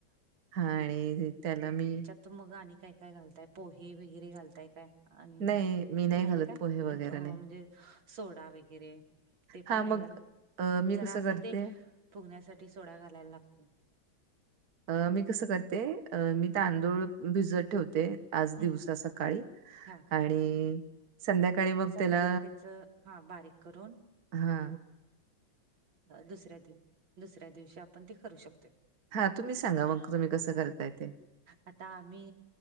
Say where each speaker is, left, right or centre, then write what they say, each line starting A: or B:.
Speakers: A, on the right; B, on the right.
A: हा आणि त्याला मी
B: त मग आणि काय काय घालताय पोहे वगैरे घालताय काय? आणि
A: नाही मी
B: नाही
A: घालत
B: काय
A: पोहे वगैरे
B: म्हणजे
A: नाही
B: सोडा वगैरे ते
A: हा
B: पण
A: मग
B: नाही घालत
A: अ मी
B: जरा
A: कसं
B: असं
A: करते
B: ते फुगण्यासाठी सोडा घालायला लागतो
A: अ मी कसं करते. मी तांदूळ भिजत ठेवते आज दिवसा
B: हं,
A: सकाळी
B: हां.
A: आणि संध्याकाळी मग
B: संध्याकाळी
A: त्याला
B: त्याचं हां, बारीक करून
A: हा
B: दुसऱ्या दिव दुसऱ्या दिवशी आपण ते करू शकतोय
A: हा तुम्हीच सांगा मग तुम्ही कसं करताय ते?
B: आता आम्ही